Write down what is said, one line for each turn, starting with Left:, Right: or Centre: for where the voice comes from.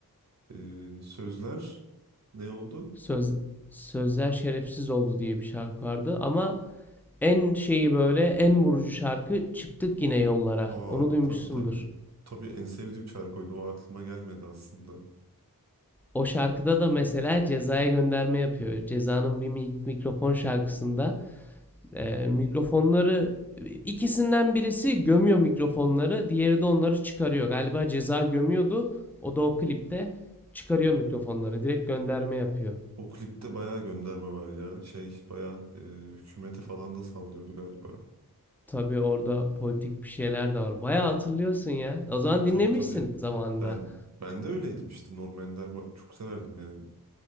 Right: E, sözler ne oldu?
Centre: Söz Sözler Şerefsiz oldu diye bir şarkı vardı ama En şeyi böyle en vurucu şarkı Çıktık Yine Yollara.
Right: Aa,
Centre: Onu duymuşsundur.
Right: tabii tabii. Tabii en sevdiğim şarkıydı. O aklıma gelmedi aslında.
Centre: O şarkıda da mesela Ceza'ya gönderme yapıyor. Ceza'nın bir mikrofon şarkısında e, mikrofonları ikisinden birisi gömüyor mikrofonları, diğeri de onları çıkarıyor. Galiba Ceza gömüyordu. O da o klipte çıkarıyor mikrofonları. Direkt gönderme yapıyor.
Right: O klipte bayağı gönderme var ya. Şey bayağı e, hükümete falan da sallıyordu galiba.
Centre: Tabii orada politik bir şeyler de var. Bayağı hatırlıyorsun ya. O zaman
Right: E, tabii
Centre: dinlemişsin
Right: tabii.
Centre: zamanında.
Right: Ben ben de öyleydim işte. Norm Ender ba- çok severdim yani.